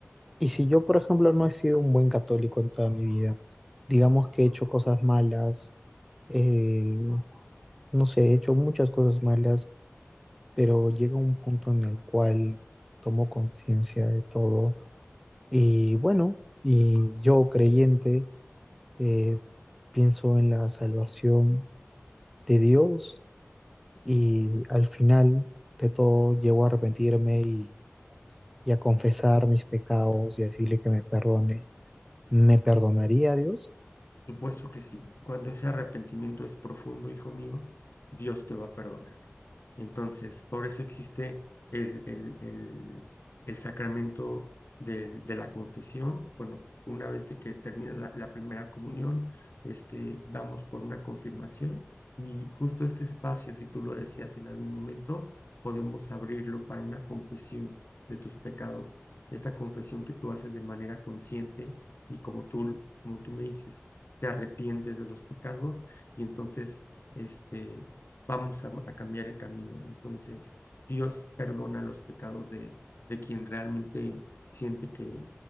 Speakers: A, in the centre; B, on the left.
A: Y si yo, por ejemplo, no he sido un buen católico en toda mi vida, digamos que he hecho cosas malas, eh, no sé, he hecho muchas cosas malas, pero llega un punto en el cual tomo conciencia de todo y bueno, y yo creyente eh, pienso en la salvación de Dios y al final de todo llego a arrepentirme y, y a confesar mis pecados y a decirle que me perdone. ¿Me perdonaría Dios?
B: Supuesto que sí. Cuando ese arrepentimiento es profundo, hijo mío, Dios te va a perdonar. Entonces, por eso existe el, el- el- el sacramento del- de, la confesión. Bueno, una vez de que termina la, la primera comunión, este, vamos por una confirmación y justo este espacio, si tú lo deseas en algún momento, podemos abrirlo para una confesión de tus pecados. Esta confesión que tú haces de manera consciente y como tú, como tú me dices, te arrepientes de los pecados y entonces este vamos a, a cambiar el camino. Entonces, Dios perdona los pecados de, de quien realmente siente que,